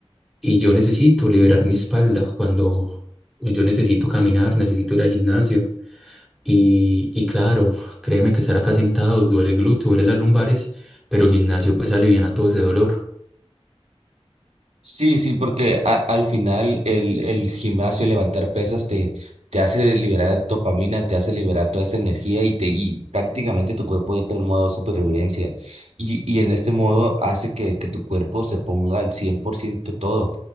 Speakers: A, in the centre; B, on the right.
A: y yo necesito liberar mi espalda cuando yo necesito caminar, necesito ir al gimnasio. Y, y claro, créeme que estar acá sentado duele el glúteo, duele las lumbares, pero el gimnasio pues alivia todo ese dolor.
B: Sí, sí, porque a- al final el, el gimnasio, levantar pesas te, te hace liberar dopamina, te hace liberar toda esa energía y, te, y prácticamente tu cuerpo entra en modo supervivencia. Y, y en este modo hace que, que tu cuerpo se ponga al 100% todo.